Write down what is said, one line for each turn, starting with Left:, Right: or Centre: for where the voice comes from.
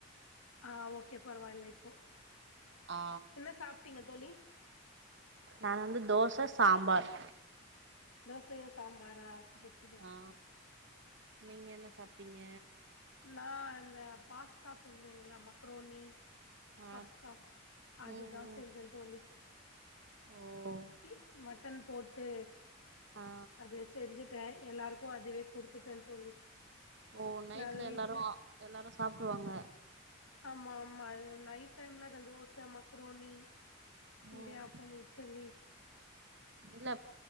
Left: ஆஹ் ஓகே பரவாயில்ல இப்போ
Right: ஆ
Left: என்ன சாப் டீங்க தோழி
Right: நா வந்து தோச சாம்பார்
Left: தோசையும் சாம்பாரா பஸ்டு பர்த்
Right: ஆ நீங்க என்ன சாப்டீங்க
Left: நான் இந்த பாஸ்தா சொல்லுவீங்கள மக்ரோனி
Right: ஆ
Left: பாஸ்தா அதுதான்
Right: ம் ம்
Left: செஞ்சேன் தோழி
Right: ஓ
Left: இ மட்டன் போட்டு
Right: ஆ
Left: அது செஞ்சுட்டு டன் எல்லாருக்கும் அதுவே குடுத்துட்டேன்னு தோழி
Right: ஓ நைட்ல
Left: எல்லாரு வீட்ல
Right: எல்லாரும் எல்லாரும் சாப்புடுவாங்க
Left: ஆமா ஆமா நைட் டைம்ல அந்த தோச மக்ரோனி இடியாப்பம்
Right: ம்
Left: இட்டலி
Right: இல்ல